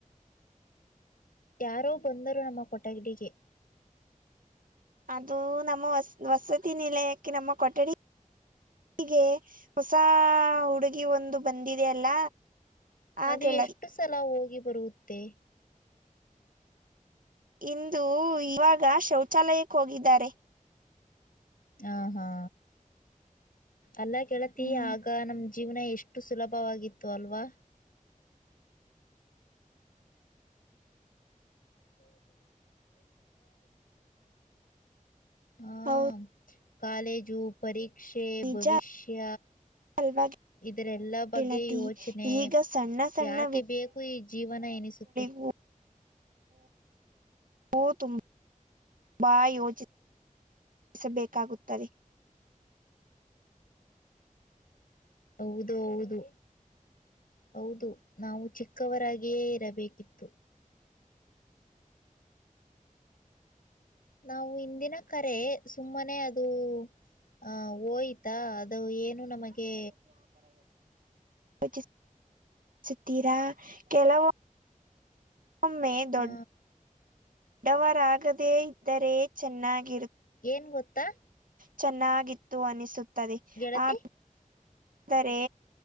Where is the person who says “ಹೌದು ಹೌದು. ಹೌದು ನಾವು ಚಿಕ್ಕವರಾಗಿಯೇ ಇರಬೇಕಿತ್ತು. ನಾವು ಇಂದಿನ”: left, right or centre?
Left